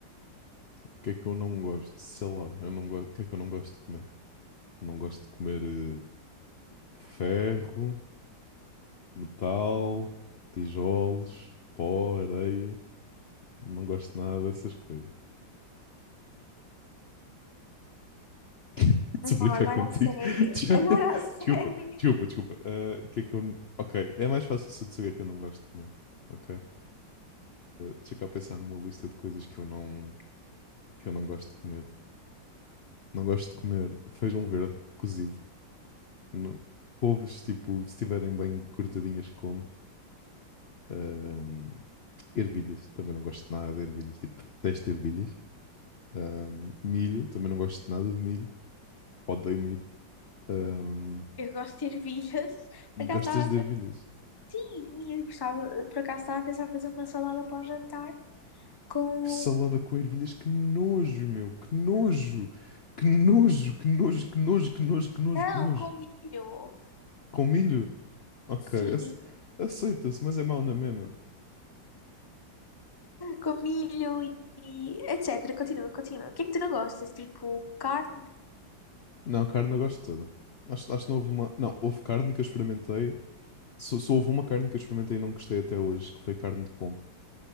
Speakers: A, on the left; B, on the left.
A: O que é que eu não gosto? Sei lá, eu não gosto. O que é que eu não gosto de comer? Não gosto de comer eh, ferro, metal, tijolos, pó, areia. Não gosto de nada dessas coisas. <laughs> Se
B: Não,
A: brincar
B: agora
A: contigo.
B: a sério,
A: <laughs> já-
B: <laughs> agora a sério.
A: Desculpa, desculpa, desculpa. Ah, O que é que eu. n- Ok, é mais fácil se eu dizer o que é que eu não gosto de comer. Ok? Ah, deixa eu cá pensar numa lista de coisas que eu não, que eu não gosto de comer. Não gosto de comer feijão verde cozido. não- couves, tipo, se estiverem bem cortadinhas, como. Ahm, ervilhas, também não gosto de nada de ervilhas, tipo, detesto ervilhas. Ahm, milho, também não gosto de nada de milho, odeio milho. Ahm,
B: Eu gosto de ervilhas.
A: gostas
B: Por acaso estava.
A: de ervilhas?
B: Sim, milho, gostava. Por acaso estava a pensar em fazer uma salada para o jantar com.
A: Salada com ervilhas, que nojo, meu, que nojo, que nojo, que nojo, que nojo, que nojo, que nojo,
B: Não,
A: que nojo.
B: com milho.
A: Com milho? Ok,
B: Sim,
A: ace- aceita-se, mas é mau na mesma.
B: com milho e e etc. Continua, continua. O que é que tu não gostas? Tipo, carne?
A: Não, carne eu gosto toda. Acho, acho que não houve uma. Não, houve carne que eu experimentei Só, só houve uma carne que eu experimentei e não gostei até hoje, que foi carne de pombo.